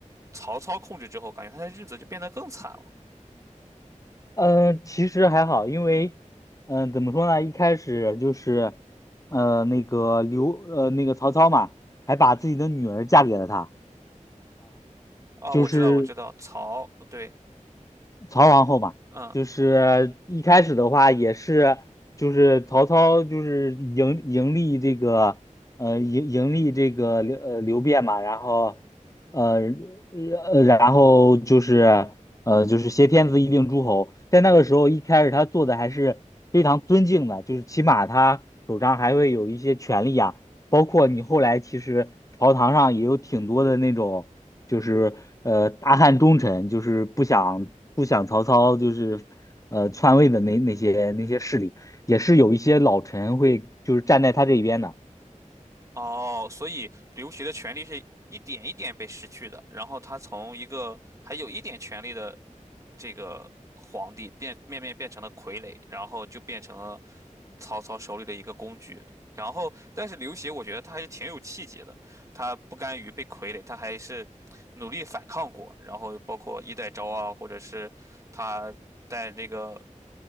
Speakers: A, on the right; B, on the left.
A: 曹操控制之后，感觉他的日子就变得更惨了。
B: 嗯、其实还好，因为嗯、呃怎么说呢，一开始就是呃那个刘呃那个曹操嘛，还把自己的女儿嫁给了他，
A: 哦，
B: 就是
A: 我知道，我知道，曹，对，
B: 曹皇后嘛，
A: 嗯。
B: 就是一开始的话也是，就是曹操就是迎迎立这个呃迎迎立这个刘呃刘辩嘛，然后呃呃然后就是呃就是挟天子以令诸侯，在那个时候一开始他做的还是非常尊敬的，就是起码他手上还会有一些权力啊。包括你后来其实朝堂上也有挺多的那种，就是呃大汉忠臣，就是不想不想曹操就是呃篡位的那那些那些势力，也是有一些老臣会就是站在他这一边的。
A: 哦，所以刘协的权利是一点一点被失去的，然后他从一个还有一点权利的这个皇帝变面面变成了傀儡，然后就变成了曹操手里的一个工具。然后，但是刘协我觉得他还是挺有气节的，他不甘于被傀儡，他还是努力反抗过。然后包括衣带诏啊，或者是他在这个